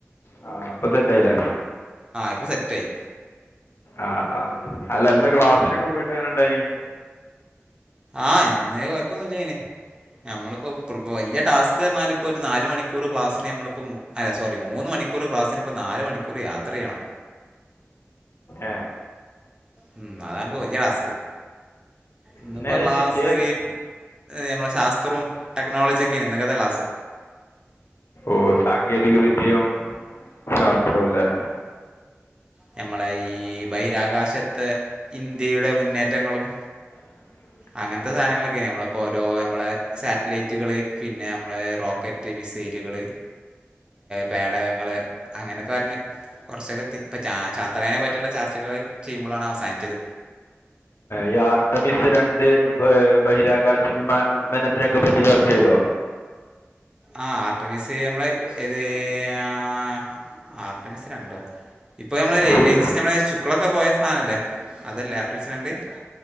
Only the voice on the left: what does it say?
ആ പ്പോ സെറ്റ് ആയിലേ
ആഹ ആ് അല്ലന്ന് ക്ലാസ്സിനൊക്കെ പോയിട്ടെങ്ങനെണ്ടായിനി
ഏ
ഇന്നേതായിരുന്നു
വിഷയം ഏതായിരുന്നു
ഓ സാങ്കേതിക വിദ്യയും ശാസ്ത്രവുംല്ലേ
<unintelligible>
ഈ ആർട്ടമിസ് രണ്ട് ബഹിരാകാശ വിമാമനത്തിനൊക്കെ പറ്റി ചർച്ച ചെയ്തോ
സു-